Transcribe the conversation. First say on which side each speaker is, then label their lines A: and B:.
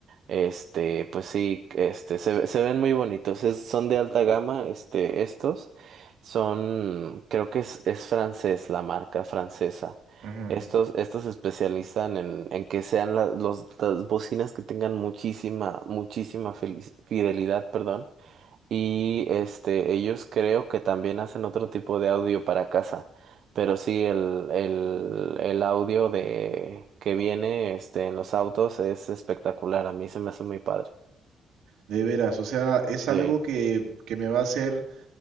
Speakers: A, on the right; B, on the right.
A: Este, pues sí, este se, ve- se ven muy bonitos. es- son de alta gama, este estos son creo que es es francés la marca francesa.
B: Ujú.
A: Estos estos se especializan en en que sean la- los las bocinas que tengan muchísima muchísima felici- fidelidad, perdón y este, ellos creo que también hacen otro tipo de audio para casa. Pero sí, el, el, el audio de que viene este en los autos es espectacular. A mí se me hace muy padre.
B: De veras, o sea, es algo
A: Sí.
B: que, que me va a hacer